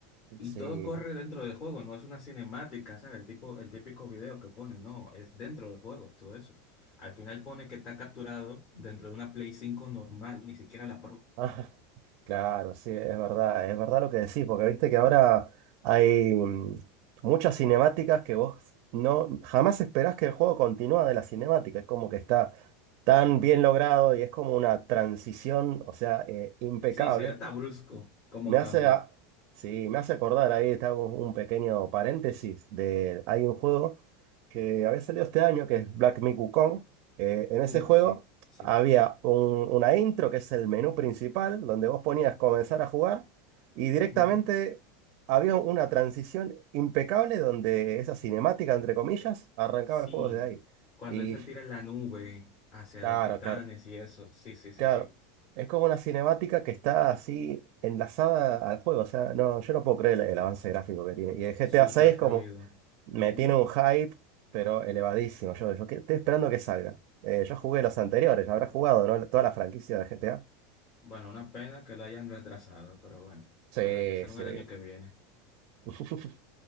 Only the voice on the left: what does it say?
Y
todo corre dentro del juego, no es una cinemática, ¿sabes? El tipo, el típico video que pone, no, es dentro del juego, todo eso. Al final pone que está capturado dentro de una Play cinco normal, ni siquiera la Pro.
Sí, se ve hasta brusco cómo
cambia.
Uh,
sí, sí.
Ujú.
Sí,
cuando
él se tira en la nube hacia
los titanes
y eso, sí, sí, sí,
sí,
súper
fluido.
Ujú.
Bueno, una pena que lo hayan retrasado, pero bueno,
la retrasaron
el año que viene.